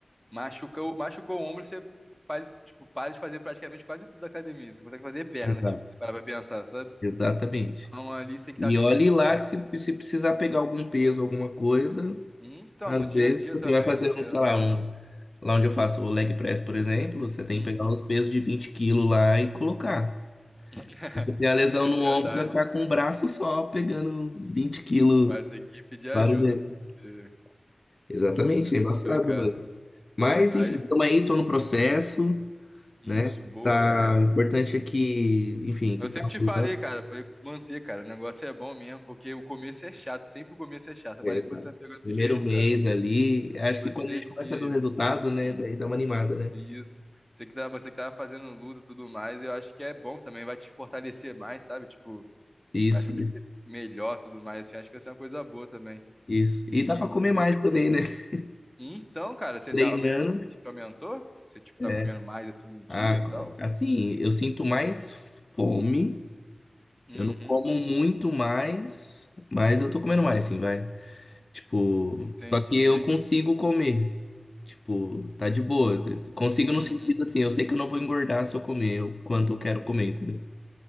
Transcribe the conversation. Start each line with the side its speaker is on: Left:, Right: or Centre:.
Centre: machucou, machucou o ombro, você faz, tipo, para de fazer praticamente quase tudo da academia. Você consegue fazer perna,
Left: Exato.
Centre: tipo, se parar pra pensar, sabe?
Left: Exatamente.
Centre: Então ali você tem que estar
Left: E
Centre: sempre.
Left: olhe lá
Centre: tra-
Left: que se, se precisar pegar algum peso, alguma coisa,
Centre: Então,
Left: às
Centre: no dia
Left: vezes
Centre: a dia
Left: você
Centre: também,
Left: vai fazer
Centre: né? Querendo
Left: um, sei
Centre: ou
Left: lá,
Centre: não.
Left: um, lá onde eu faço o leg press, por exemplo, você tem
Centre: Uhum.
Left: que pegar uns pesos de 20 quilos lá e colocar.
Centre: <laughs>
Left: Se tem a lesão no
Centre: Verdade.
Left: ombro, você vai ficar com o braço só pegando 20 quilos
Centre: Vai ter que pedir
Left: várias
Centre: ajuda.
Left: vezes.
Centre: porque É
Left: Exatamente, é embaçado,
Centre: complicado.
Left: mano. Mas,
Centre: Aí
Left: enfim, estamos aí, tô no processo.
Centre: Isso,
Left: né?
Centre: boa,
Left: Tá,
Centre: cara.
Left: o importante é que, enfim, que
Centre: Eu
Left: tá
Centre: sempre te
Left: rolando.
Centre: falei, cara, pra manter, cara. O negócio é bom mesmo, porque o começo é chato, sempre o começo é chato,
Left: é,
Centre: mas depois
Left: sabe?
Centre: você vai pegando
Left: Primeiro
Centre: o jeito,
Left: mês
Centre: cara.
Left: ali, acho
Centre: Você
Left: que quando a gente
Centre: que.
Left: começa a ver o resultado, né,
Centre: hum,
Left: daí dá uma animada, né?
Centre: Isso. Você que tá, você que tava fazendo luta e tudo mais, eu acho que é bom também, vai te fortalecer mais, sabe? Tipo,
Left: Isso,
Centre: vai ficar ser melhor tudo mais, assim, acho que vai ser uma coisa boa também.
Left: isso.
Centre: E
Left: E dá pra comer mais
Centre: eu.
Left: também, né? <laughs>
Centre: Então, cara, você
Left: Treinando.
Centre: tá. aumen- Seu apetite aumentou? Você, tipo, tá
Left: é
Centre: comendo mais assim no dia
Left: Ah,
Centre: e tal?
Left: assim, eu sinto mais fome.
Centre: Uhum,
Left: Eu não como muito mais, mas eu tô comendo mais, sim, vai. Tipo,
Centre: entendi.
Left: só que eu consigo comer. Tipo, tá de boa. Consigo
Centre: Uhum.
Left: no sentido assim, eu sei que eu não vou engordar se eu comer o quanto eu quero comer, entendeu?